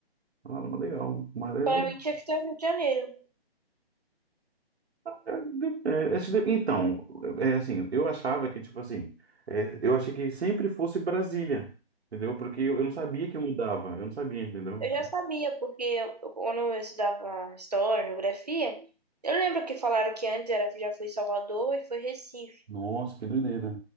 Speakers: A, on the right; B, on the right.
A: Caramba, legal, mas é
B: Para
A: legal.
B: mim tinha que ser o Rio de Janeiro.
A: É, de- é, esse de- então, é é assim, eu achava que, tipo assim, é, eu achei que sempre fosse Brasília, entendeu? Porque eu, eu não sabia que mudava, eu não sabia, entendeu?
B: Eu
A: Então,
B: já sabia, porque eu- quando eu estudava história, geografia, eu lembro que falaram que antes era, já foi Salvador e foi Recife.
A: Nossa, que doideira.